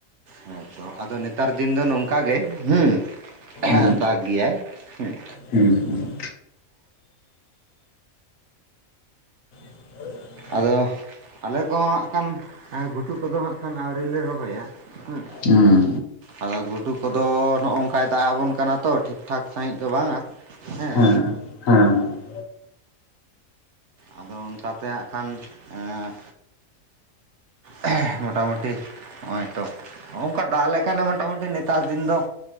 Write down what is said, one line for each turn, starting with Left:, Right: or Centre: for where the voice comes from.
Right: ᱦᱮᱸᱛᱚ ᱟᱫᱚ ᱱᱮᱛᱟᱨ ᱫᱤᱱ ᱫᱚ ᱱᱚᱝᱠᱟ ᱜᱮ ᱦᱩᱸ ᱦᱮ
Left: ᱦᱩᱸ
Right: ᱫᱟᱜᱽ ᱜᱮᱭᱟᱭ ᱦᱩᱸ
Left: ᱦᱩᱸ ᱦᱩᱸ <unintelligible>
Right: ᱟᱫᱚ ᱟᱞᱮ ᱠᱚᱦᱚᱸ ᱦᱟᱸᱜ ᱠᱷᱟᱱ ᱜᱷᱩᱴᱩ ᱠᱚᱫᱚ ᱦᱟᱸᱜ ᱠᱷᱟᱱ ᱟᱹᱣᱨᱤᱞᱮ ᱨᱚᱦᱚᱭᱟ ᱦᱩᱸ
Left: ᱦᱮᱸ
Right: ᱟᱫᱚ ᱜᱷᱩᱴᱩ ᱠᱚᱫᱚ ᱱᱚᱜᱼᱚ ᱱᱚᱝᱠᱟᱭ ᱫᱟᱜ ᱟᱵᱚᱱ ᱠᱟᱱᱟ ᱛᱚ ᱴᱷᱤᱠ ᱴᱷᱟᱠ ᱥᱟᱺᱦᱤᱡ ᱫᱚ ᱵᱟᱝ-ᱟ ᱦᱮᱸ
Left: ᱦᱮᱸ
Right: ᱟᱫᱚ ᱚᱱᱠᱟᱛᱮ ᱦᱟᱸᱜ ᱠᱷᱟᱱ ᱮᱸ ᱦᱮᱸ ᱢᱚᱴᱟᱢᱩᱴᱤ ᱱᱚᱜᱼᱚᱭ ᱛᱚ ᱦᱚᱜ ᱚᱝᱠᱟ ᱫᱟᱜ ᱞᱮᱠᱷᱟᱱᱮ ᱢᱚᱴᱟᱢᱩᱴᱤ ᱱᱮᱛᱟᱨ ᱫᱤᱱ ᱫᱚ